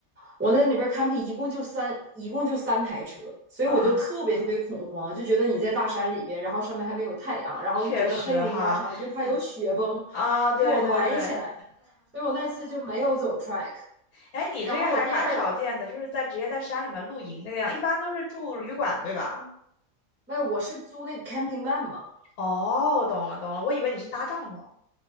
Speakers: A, on the right; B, on the left.
A: 我在那里边 camping 一共就三，一共就三台车，所以我就特别特别恐慌，
B: 嗯，
A: 就觉得你在大山里边，然后上面还没有太阳，然后就觉得黑云压城，
B: 确实哈，
A: 我就怕有雪崩
B: 嗯啊，对对对，
A: 给我埋起来，所以我那次就没有走 track。
B: 哎，你这个还蛮少见的，
A: 然后我第二，
B: 就是在直接在山里面露营这个样，一般都是住旅馆，对吧？
A: 那我是租那个 camping van 嘛，
B: 哦，我懂了，懂了，我以为你是搭帐篷，